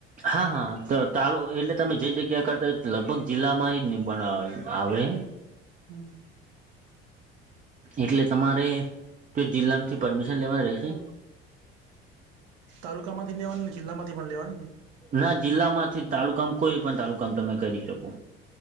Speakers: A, on the right; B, on the right.
A: હા હા તો ચાલું એટલે તમે જે જગ્યા કરતા લગભગ જિલ્લામાં જ નિબ આવે
B: હમ
A: એટલે તમારે તો જિલ્લામાંથી પરમિશન લેવાની રહેશે.
B: તાલુકા માંથી લેવાની ને જિલ્લા માંથી પણ લેવાનીને
A: ના જિલ્લા માંથી તાલુકામ કોઈ પણ તાલુકામ તમે કરી શકો.